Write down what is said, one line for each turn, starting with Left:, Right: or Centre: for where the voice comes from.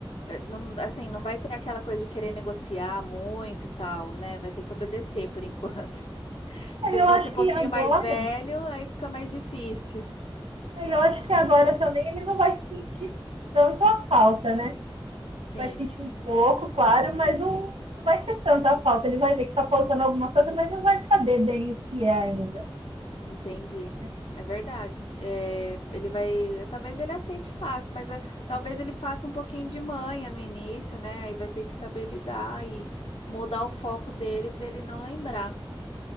Left: eh, não, assim, não vai ter aquela coisa de querer negociar muito e tal, né? Vai ter que obedecer por enquanto. <laughs> Que
Right: Aí
Left: se
Right: eu
Left: fosse
Right: acho
Left: um pouquinho
Right: que agora.
Left: mais velho, aí fica mais difícil.
Right: Aí eu acho que agora também ele não vai sentir tanto a falta, né?
Left: Sim,
Right: Vai sentir um pouco, claro, mas não, não vai ser tanto a falta. Ele vai ver que tá faltando alguma coisa, mas não vai saber bem o que é ainda.
Left: entendi.
Right: Né?
Left: É verdade. Eh, ele vai. Talvez ele aceite fácil, mas eh, talvez ele faça um pouquinho de manha no início, né? Aí vai ter que saber lidar e mudar o foco dele para ele não lembrar.